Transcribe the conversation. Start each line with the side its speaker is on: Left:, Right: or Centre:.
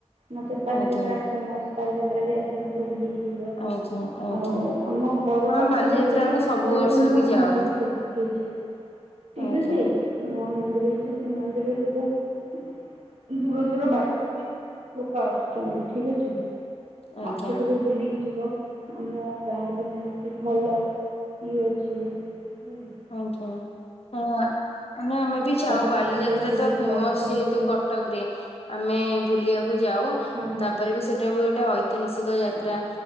Right: ନଚେତ୍ ବାଲିଯାତ୍ରା
Left: ଆଜ୍ଞା
Right: ଫେମସ୍। ବାଲିଯାତ୍ରା ବି ଆସନ୍ତୁ ବୁଲିକି ଯିବ।
Left: ଆଜ୍ଞା ଆଜ୍ଞା
Right: ଆଉ ଆମ ଘର
Left: ହଁ
Right: ପାଖରେ
Left: ବାଲିଯାତ୍ରା
Right: ବି
Left: ଆମେ
Right: ଗୋଟେ
Left: ସବୁ ବର୍ଷ
Right: ଏବେ ନୂଆ
Left: ବି
Right: ମନ୍ଦିର
Left: ଯାଉ।
Right: ଖୁବ୍ ହେଇଚି। ଟିକ୍
Left: ଆଜ୍ଞା
Right: ଅଛି। ନୂଆ ମନ୍ଦିର ହେଇଚି ସେ ମନ୍ଦିରରେ ଭୋଉତ୍ ଦୂର ଦୂର ବାଟୁରୁ ବି ଲୋକ ଆସୁଚନ୍ତି। ଠିକ୍ ଅଛି।
Left: ଆଜ୍ଞା
Right: ଆସ କେବେ ବୁଲିକି ଯିବ। ଆମ ଗାଁ ରେ ବି ସେମତି ଭଲ ଇଏ ଅଛି। ଠିକ୍ ଅଛି।
Left: ଆଜ୍ଞା। ହଁ ଆମେ ଆମେ ବି ଯାଉ
Right: ଆସୁଛନ୍ତି
Left: ବାଲିଯାତ୍ରା
Right: ବୁଲିକି
Left: ତ ଫେମସ୍
Right: ଯାଉଛନ୍ତି
Left: ଯେହେତୁ କ ଟକରେ ଆମେ ବୁଲିଆକୁ ଯାଉ
Right: ହଁ
Left: ତାପରେ ବି ସେଟା ବି ଗୋଟେ ଐତିହାସି ଗ ଯାତ୍ରା
Right: ଆଉ